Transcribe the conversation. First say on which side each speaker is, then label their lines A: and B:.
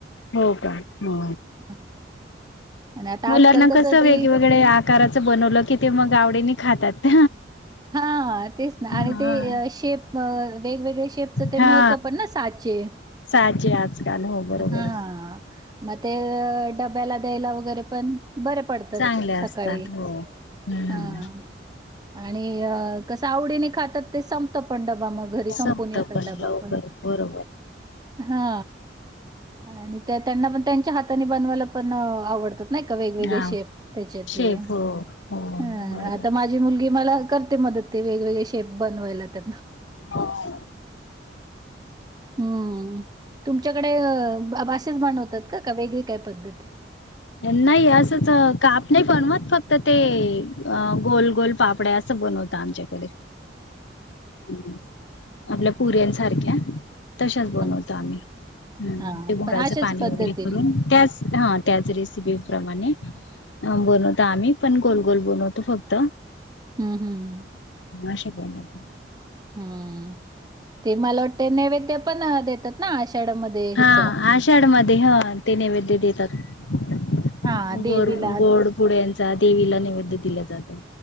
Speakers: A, on the left; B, on the right.
A: हो का? हो.
B: हां आणि आता
A: मुलांना
B: आजकाल
A: कसं
B: ते
A: वेगवेगळ आकाराचं बनवलं की ते मग आवडीने खातात.
B: हा तेच ना आणि
A: हा.
B: ते शेप अ वेगवेगळे शेपच ते
A: हा
B: मिळत पण ना सा चेे.
A: साचे आजकाल हो बरोबर
B: हा म ते डब्याला द्यायला वगैरे पण बरे पडतात
A: चांगले असतात
B: सकाळी.
A: हो. हम्म.
B: हां आणि कस आवडीने खातात. ते संपत पण डबा मग, घरी संपून
A: संपत
B: येतात डबा
A: लवकर
B: पण.
A: बरोबर
B: हा आणि त्या त्यांना पण त्यांच्या हाताने बनवायला पण आ-आवडत. नाही का वेगवेगळे
A: हा
B: शेप त्याच्यातले
A: शेप हो हो
B: हम
A: बरोबर.
B: आता माझी मुलगी मला करते मदत ते वेगवेगळे शेप बनवायला. <inaudible>
A: हो.
B: हम् तुम तुमच्या कडे अशेच बनवतात का? का वेगळी काय पद्धती?
A: नाही असंच काप नाही बनवत फक्त ते अ गोल-गोल पापड्या असं बनवत आमच्याकडे. <inaudible> आपल्या पुऱ्यांन सारख्या तशाच बनवतो
B: हां,
A: आम्ही. हम्
B: हां.
A: ते गुळाचं
B: पण अशाच
A: पाणी
B: पद्धतीने.
A: वगैरे करून त्याच हा त्यातलीच रेसिपी प्रमाणे अ बनवतो आम्ही पण गोल गोल बनवतो फक्त.
B: हम्म, हम्म,
A: असे बनवतो
B: <inaudible> हम्म. ते मला वाटते नैवेद्य पण देतात ना, आषाढ्यामध्ये ह्याचा.
A: हा आषाढ ह ते नैवैद्य देतात <inaudible> बरं
B: हां, देवीला
A: बरं गोड पोळ्यांचा. चा देवीला नैवेद दिला जातो.